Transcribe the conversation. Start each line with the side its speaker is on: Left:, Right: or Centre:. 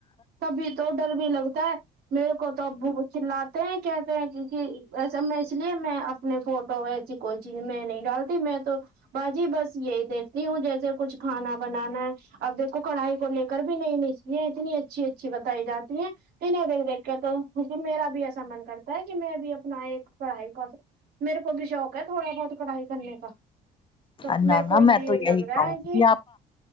Right: تبھی تو ڈر بھی لگتا ہے میرے کو تو ابو چلاتے ہیں کہتے ہیں کی میں اس لیے میں اپنے فوٹو کوئی چیز میں نہیں ڈالتی میں تو باجی بس یہی دیکھتی ہوں جیسے کچھ کھانا بنانا ہے اب دیکھو کڑھائی کو لے کے کر بھی نہیں نچتی ہیں اتنی اچھی اچھی بتائی جاتی ہیں <unintelligible> تو میرا بھی ایسا من کرتا ہے کہ میں بھی اپنا ایک پڑھائی کا میرے کو بھی شوق ہے تھوڑا بہت کڑھائی کرنے کا تو
Left: نہ
Right: میرے کویہ
Left: نہ میں
Right: بھی
Left: تو یہی
Right: لگ رہا
Left: کہوں
Right: ہے کہ
Left: گی